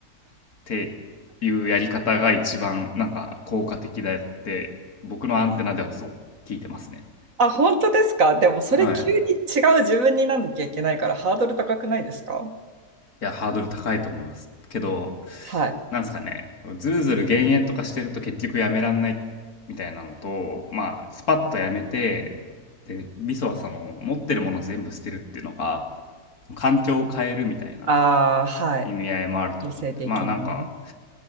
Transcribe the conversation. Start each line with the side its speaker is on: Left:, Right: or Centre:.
Left: っていうやり方が一番なんか効果的だって、僕のアンテナではそう聞いてますね。
Right: あ、本当ですかでもそれ急に違う自分になんなきゃいけないからハードル高くないですか
Left: はい。や、ハードル高いと思います。けど、
Right: はい。
Left: なんですかね、ずるずる減塩とかしてると結局やめらんないみたいなのと、まあ、スパッとやめて、で、味噌はその、持ってるもの全部捨てるっていうのが、環境を変えるみたいな
Right: ああ、はい。
Left: 意味合いもあると思うんで、
Right: 女性的にね。
Left: まあなんか、